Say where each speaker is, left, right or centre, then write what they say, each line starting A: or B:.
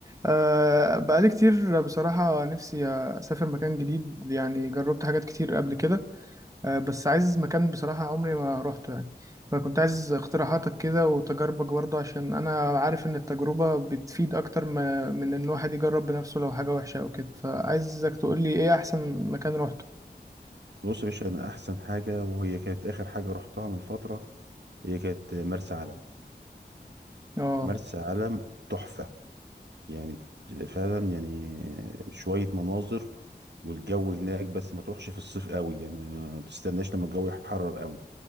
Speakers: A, on the right (about 20°); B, on the right (about 80°).
A: أه بقالي كتير بصراحة نفسي أسافر مكان جديد يعني جربت حاجات كتير قبل كده أه بس عايز مكان بصراحة عمري ما روحته يعني فكنت عايز اقتراحاتك كده وتجاربك برضه عشان أنا عارف إن التجربة بتفيد أكتر ما من إن الواحد يجرب بنفسه لو حاجة وحشة أو كده فعايزك تقولي إيه أحسن مكان روحته
B: بص يا باشا انا احسن حاجه وهي كانت اخر حاجه رحتها من فتره هي كانت مرسى علم
A: اه
B: مرسى علم تحفه يعني فعلا يعني شويه مناظر والجو هناك بس ما تروحش في الصيف قوي يعني ما تستناش لما الجو يحرر قوي